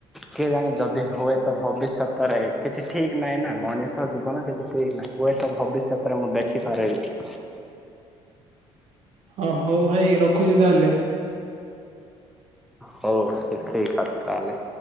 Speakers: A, in the centre; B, on the right.
A: କିଏ ଜାଣେ ଯଦି ହୁଏ ତ ଭବିଷ୍ୟତରେ କିଛି ଠିକ୍ ନାହିଁ ନା, ମଣିଷ ଜୀବନ କିଛି ଠିକ୍ ନାହିଁ। ହୁଏତ ଭବିଷ୍ୟତରେ ମୁଁ ଦେଖିପାରିବି।
B: ହଁ ହଉ ଭାଇ ରଖୁଚି ତାହେଲେ?
A: ହଉ ଠିକ୍ ଅଛି ତାହେଲେ।